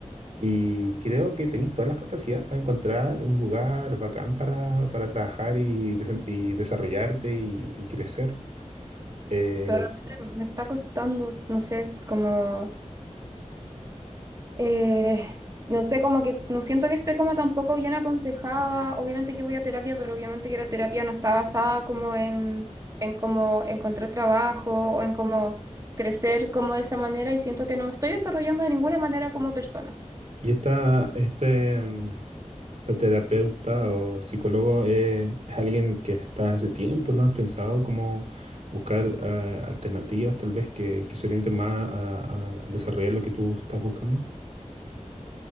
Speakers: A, on the right; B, on the right.
A: Y creo que tenéis todas las capacidades para encontrar un lugar bacán para, para trabajar y, desen- y desarrollarte y, y crecer. Eh,
B: pero realmente me está costando, no sé, como, eh, no sé, como que no siento que esté como tampoco bien aconsejada, obviamente que voy a terapia, pero obviamente que la terapia no está basada como en, en como encontrar trabajo o en como crecer como de esa manera y siento que no me estoy desarrollando de ninguna manera como persona.
A: y esta, este, mm, La terapeuta o psicólogo es, es alguien que está hace tiempo, ¿no? ¿Has pensado cómo buscar eh, alternativas tal vez que, que se orienten más a, a desarrollar lo que tú estás buscando?